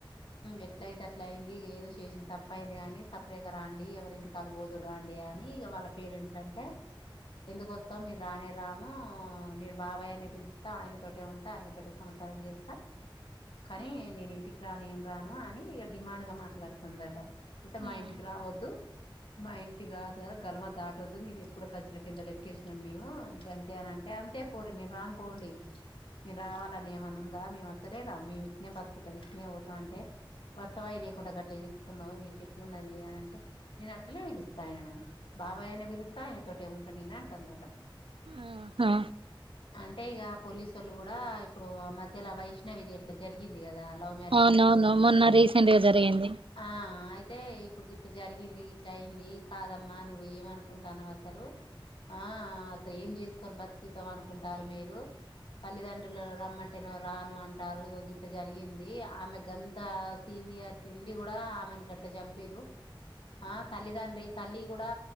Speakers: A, on the left (about 75°); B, on the right (about 80°).
A: ఎట్ల అయితే అట్ల అయింది ఏదో చేసింది తప్ప అయింది కానీ సపరేట్గా రాండి ఎవరి ఇంటికిళ్ళ బోదురు రండి అని ఇక వాళ్ళ పేరెంట్స్ అంటే ఎందుకుొస్తా మేను రానే రాము నేను బాబాయ్ అనే పిలిస్తా ఆయన తట ఉంట ఆయనతోటి సంసారం చేస్తా కానీ నేను ఇంటికి రానేం రాను అని ఇక డిమాండ్ గా మాట్లాడుతుందట అంటే
B: ఆహా
A: మా ఇంటికి రావద్దు మా ఇంటి కాదు గలవా దాటవద్దు మీరు ఎప్పుడు సచ్చిన కింద లెక్కేసినాం మేము గంతే అని అంటే అంతే పోరు మీరు రామ్పోండి మీరు రావాలని ఏమన్నా ఉన్ మేము అసలే రావు మేము ఇట్నే బతుకుతాం ఇట్నే పోతాం అంటే వర్సవాయి లేకుండా అట్లా చేసుకున్నావు నీకు ఎట్లు ఉన్నది అని అంటే నేను అట్లనే పిలుస్తాయనను బాబాయ్ అనే పిలుస్తా ఆయనతోటే ఉంటా ననే అంటాందమాట
B: ఆహా
A: అంటే ఇగ పోలీసు సోల్లు కూడా ఇప్పుడు ఆ మధ్యలో వైష్ణవి ది అట్లా జరిగింది కదా లవ్ మ్యారేజ్
B: అవునవును
A: చేసుకొని
B: మొన్న రీసెంట్గా జరిగింది
A: ఆ అయితే ఇప్పుడు గిట్ల జరిగింది ఇట్లా అయింది కాదమ్మా నువ్వు ఏమ అనుకుంటాన్నావ్ అసలు ఆ అసలు ఏం చేసుకొని బతుకుతావ్ అనుకుంటారు మీరు తల్లిదండ్రులు రమ్మంటే రాను అంటారు గట్లా జరిగింది ఆమె గంత సీనియర్టీ ఉండి కూడా ఆమెను గట్లా చంపిరు ఆ తల్లిదండ్రి తల్లి కూడా